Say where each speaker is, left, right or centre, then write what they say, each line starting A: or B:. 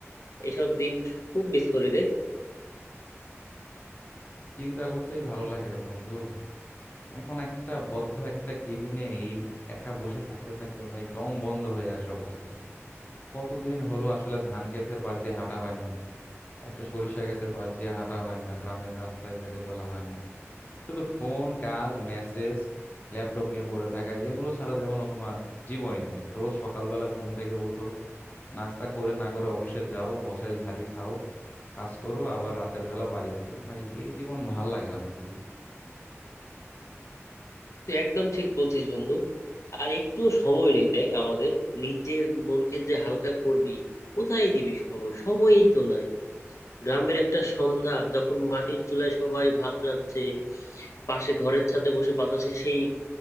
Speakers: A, on the left; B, on the left.
A: এসব দিন খুব মিস করি রে
B: চিন্তা করতেই ভালো লাগে রে বন্ধু এখন একটা বদ্ধ একটা কেবিনে এই একা বসে থাকতে থাকতে ভাই দম বন্ধ হয়ে আসে অবস্থা কতদিন হলো আসলে ধান ক্ষেতের পাশ দিয়ে হাঁটা হয় না একটা সরিষা ক্ষেতের পাশ দিয়ে হাঁটা হয় না গ্রামের রাস্তায় হেঁটে চলা হয় না শুধু ফোন কাজ মেসেজ ল্যাপটপ নিয়ে পড়ে থাকা এগুলো ছাড়া যেমন কোনো আর জীবনই নাই রোজ সকালবেলা ঘুম থেকে উঠো নাস্তা করে না করে অফিসে যাও বসের ঝাড়ি খাও কাজ করো আবার রাতের বেলা বাড়ি ফিরো ভাই এই জীবন ভাল লাগে না বুঝলি
A: তুই একদম ঠিক বলছিস বন্ধু আর একটুও সময় নেই দেখ আমাদের নিজের মনকে যে হালকা করবি কোথায় দিবি সময় সময়ই তো নাই গ্রামের একটা সন্ধ্যা যখন মাটির চুলায় সবাই ভাত রাঁধছে পাশে ঘরের ছাদে বসে বাতাসে সেই